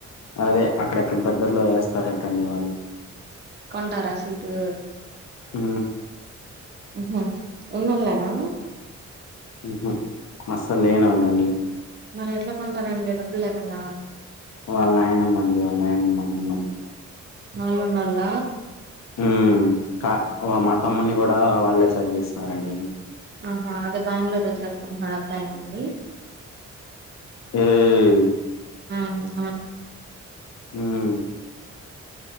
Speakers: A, on the left; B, on the right.
A: అదే అక్కడెక్కడ దగ్గర్లో వేస్తారంటండి వాళ్ళు
B: కొంటారా సీట్లు
A: హ
B: ఆహా ఉన్నొల్లేనా
A: ఉహు అస్సలు లేనోళ్ళండి
B: మరి ఎట్లా కొంటారండి డబ్బులు లేకుండా
A: వాళ్ళ నాయ నమ్మండి వాళ్ళ నాయనమ్మా తమ్ముడు
B: ఆళ్ళున్నోళ్ళ
A: ఉ కా మా తమ్ముని కూడా ళ్ళ చదివిస్తున్నారండి
B: ఆహా అదే బెంగళూరు చదువుకుంటున్నాడు అబ్బాయినండి
A: మ్మ్ మ్మ్
B: ఆ బా
A: హ్మ్మ్